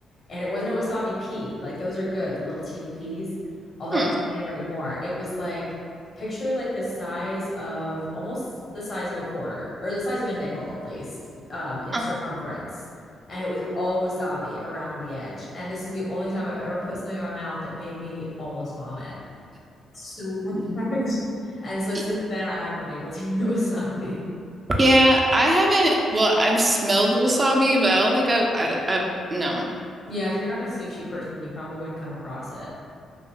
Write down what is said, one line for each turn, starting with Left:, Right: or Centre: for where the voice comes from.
Left: And it wasn't a wasabi pea. Like those are good, the little teeny peas although
Right: Hmm.
Left: I can't eat them anymore. It was like picture like the size of almost the size of a quarter or the size of a nickel at least um, in
Right: Huh.
Left: circumference, and it was all wasabi around the edge. And this is the only time I've ever put something in my mouth that made me almost vomit. So good. <laughs> And so
Right: Y-
Left: since then, I haven't been able to <laughs> eat wasabi.
Right: Yeah, I haven't, well, I've smelled the wasabi, but I don't think I've, I, I, no.
Left: Yeah, if you're not a sushi person, you probably wouldn't come across it.